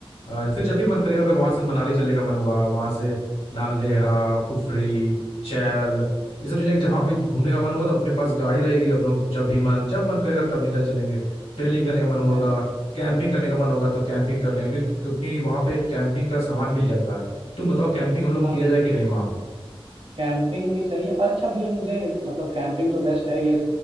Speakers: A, on the left; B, on the right.
A: अ, फिर जब भी मन करेगा अगर वहां से मनाली चलने का मन हुआ वहां से नाल देहरा कुफरी चैल ये सब चीजें जहां भी घूमने का मन होगा तो अपने पास गाड़ी रहेगी हम लोग जब भी मन जब मन करेगा तब निकल चलेंगे ट्रेलिंग करने का मन होगा
B: नहीं,
A: कैंपिंग करने का मन होगा तो कैंपिंग कर लेंगे क्यों- क्योंकि वहां पे कैंपिंग का सामान मिल जाता है तुम बताओ कैंपिंग हम
B: ना
A: लोग किया जाए कि नहीं वहाँ
B: कैंपिंग भी सही है और अच्छा भैया मुझे मतलब कैंपिंग तो बेस्ट है ये